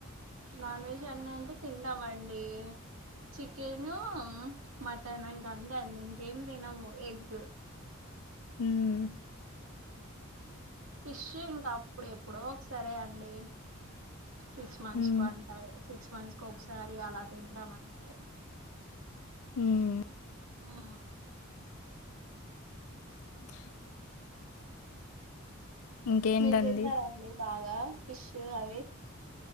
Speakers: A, on the right; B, on the left.
A: నాన్ వెజ్ అన్ని అంటే తింటామండి చికెను మటన్ ఇంగ అంతే అండి ఇంకేం తినము ఎగ్
B: ఉమ్
A: ఫిష్ ఇంకా అప్పుడు ఎప్పుడో ఒకసారే అండి సిక్స్ మంత్స్
B: హ్మ్
A: కో సిక్స్ మంత్స్కి ఒకసారి అలా తింటామంతే
B: హ్మ్
A: ఆ
B: అ అ ఇంకేంటండి
A: మీరు తింటారండి బాగా ఫిష్ అవి